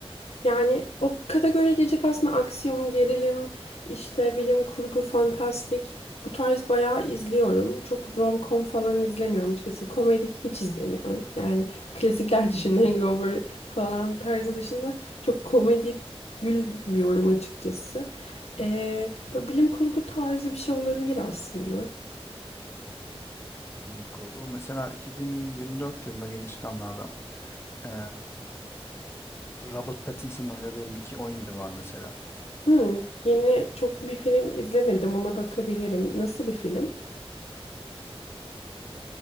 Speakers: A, on the left; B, on the left.
A: Yani o kategoriye girecek aslında aksiyon, gerilim, işte bilim kurgu, fantastik bu tarz bayağı izliyorum. Çok rom-com falan izlemiyorum açıkçası. Komedi hiç izlemiyorum. Yani klasikler <laughs> dışında Hangover falan tarzı dışında çok komedi gülmüyorum açıkçası. Ee, böyle bilim kurgu tarzı bir şey olabilir aslında.
B: Bilim kurgu. Mesela 2024 yılında yeni çıkanlardan ee, Robert Pattinson'ın oynadığı Mickey 17 var mesela.
A: Hmm, yeni çok bir film izlemedim ona bakabilirim. Nasıl bir film?